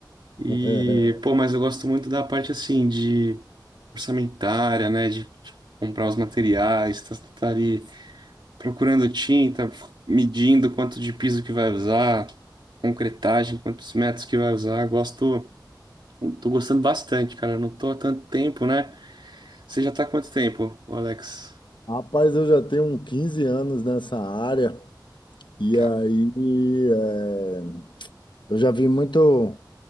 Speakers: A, on the right (about 75°); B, on the left (about 80°).
A: E,
B: é,
A: pô, mas eu gosto muito da parte assim de orçamentária, né? De, de comprar os materiais, tá, tá ali procurando tinta, medindo quanto de piso que vai usar, concretagem, quantos metros que vai usar. Gosto, tô gostando bastante, cara. Não tô há tanto tempo, né? Você já tá há quanto tempo, ô Alex?
B: Rapaz, eu já tenho uns 15 anos nessa área e
A: Cara,
B: aí é, eu já vi muito,